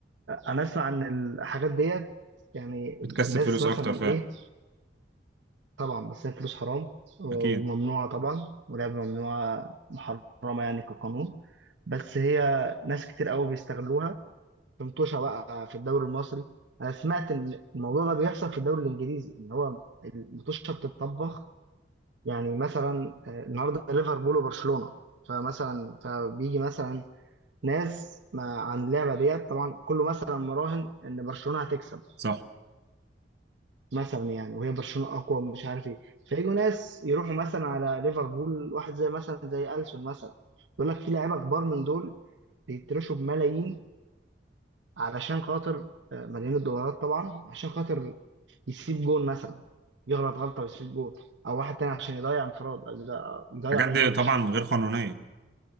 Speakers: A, on the right; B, on the right.
A: انا اسمع عن الحاجات ديت يعني
B: بتكسب
A: الناس
B: فلوس
A: مثلا
B: اكتر فعلا
A: ايه طبعا بس هي فلوس حرام وممنوعة
B: اكيد
A: طبعا ولعبة ممنوعة محرمة يعني كقانون بس هي ناس كتير قوي بيستغلوها في مطوشة بقى في الدوري المصري أنا سمعت إن الموضوع ده بيحصل في الدوري الإنجليزي إن هو المطوشة بتتطبخ يعني مثلا آه، النهاردة ليفربول وبرشلونة فمثلا فبيجي مثلا ناس ما عن اللعبة ديت طبعا كله مثلا مراهن إن برشلونة هتكسب
B: صح
A: مثلا يعني وهي برشلونه اقوى مش عارف ايه فيجوا ناس يروحوا مثلا على ليفربول واحد زي مثلا زي السون مثلا يقول لك في لعيبه كبار من دول بيترشوا بملايين علشان خاطر آه، ملايين الدولارات طبعا عشان خاطر يسيب جون مثلا يغلط غلطه ويسيب جون او واحد تاني عشان يضيع انفراد أو يضيع يضيع
B: الحاجات
A: الماتش
B: دي طبعا غير قانونيه